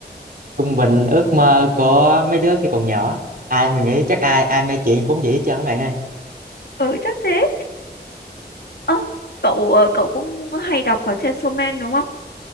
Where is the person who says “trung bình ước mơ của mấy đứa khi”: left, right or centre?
Right